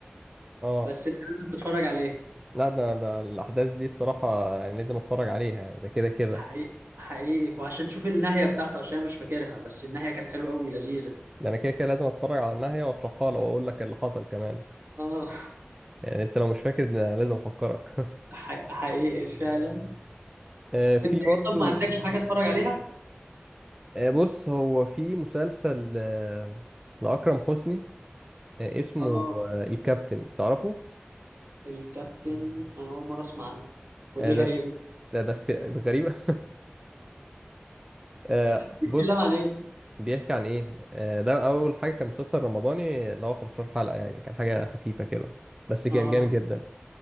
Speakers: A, on the right; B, on the right.
A: اه
B: بس انت لازم تتفرج عليه
A: لا ده ده الأحداث دي الصراحة يعني لازم أتفرج عليها يعني ده كده كده
B: حقيقي حقيقي وعشان تشوف النهايه بتاعته عشان مش فاكرها بس النهايه كانت حلوه قوي لذيذه
A: ده أنا كده كده لازم أتفرج على النهاية وأشرحها لك وأقول لك اللي حصل كمان
B: اه
A: يعني أنت لو مش فاكر ده لازم أفكرك <laughs>
B: حقيقي حقيقي فعلا
A: آه في
B: انت ايه
A: برضو
B: طب ما عندكش حاجه اتفرج عليها
A: آه بص هو في مسلسل آه لأكرم حسني آه اسمه
B: اه
A: آه الكابتن تعرفه؟
B: الكابتن انا اول مره اسمع عنه ودي
A: آه ده
B: غريبه
A: ده ده, في- ده غريبة <laughs> آه
B: بيتكلم
A: بص
B: عن ايه
A: بيحكي عن ايه آه، ده اول حاجه كان مسلسل رمضاني اللي هو 15 حلقه يعني كان حاجه خفيفه كده بس كان
B: اه
A: جامد جدا